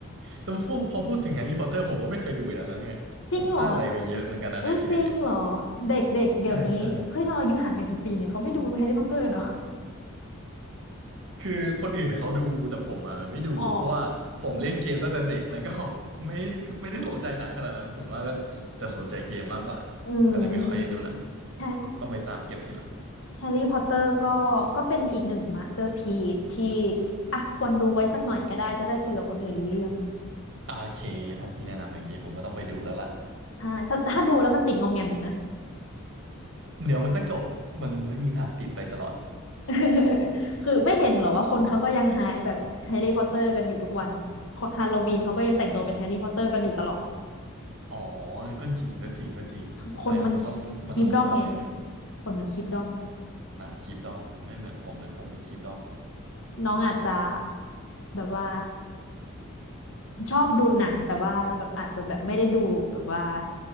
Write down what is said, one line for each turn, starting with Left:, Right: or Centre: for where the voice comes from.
Right: แต่พอพูดพอพูดถึงแฮร์รี่พอตเตอร์ผมก็ไม่เคยดูอย่างแล้วเนี่ยผมพลาดอะไรไปเยอะเหมือนกันนะในชีวิตเนี่ย
Left: จริงเหรอโอุ้ยจริงเหรอเด็กๆเดี๋ยวนี้เฮ้ยเราอายุห่างกันกี่ปีเนี่ยเขาไม่ดูแฮร์รี่พอตเตอร์เนาะ
Right: ใช่ใช่ คือคนอื่นเขาดูแต่ผมอ่ะไม่ดูเพราะว่าผมเล่นเกมตั้งแต่เด็กแล้วก็
Left: อ๋อ
Right: <laughs> ไม่ไม่ได้สนใจหนังขนาดนั้นส่วนมากก็จะสนใจเกมมากกว่า
Left: อืม
Right: ก็เลยไม่ค่อยได้ดูหนัง
Left: แฮร์
Right: ต้องไปตามเก็บทีหลัง
Left: แฮร์รี่พอตเตอร์ก็ก็เป็นอีกหนึ่งมาสเตอร์พีซที่อ่ะควรดูไว้สักหน่อยก็ได้จะได้คุยกับคนอื่นรู้เรื่อง
Right: โอเคถ้าพี่แนะนำอย่างนี้ผมก็ต้องไปดูแล้วล่ะ
Left: ถ้าถ้าถ้าดูแล้วมันติดงอมแงมอยู่นะ
Right: เดี๋ยวมันก็จบมันไม่มีทางติดไปตลอด
Left: <laughs> คือไม่เห็นเหรอว่าคนเขาก็ยังไฮป์แบบแฮร์รี่พอตเตอร์กันอยู่ทุกวันฮาโลวีนเขาก็ยังแต่งตัวเป็นแฮร์รี่พอตเตอร์กันอยู่ตลอด
Right: <laughs> อ๋อก็จริงก็จริงก็จริงแสดงว่ามันต้องมันต้องอย่างนี้มากเลยเนี่ย
Left: คนมันคีปดอมไงคนมันคีปดอม
Right: อ่าคีปดอมไม่เหมือนผมเลยผมไม่คีปดอมครับ
Left: น้องอาจจะแบบว่าชอบดูหนังแต่ว่าแบบอาจจะแบบไม่ได้ดูแบบว่า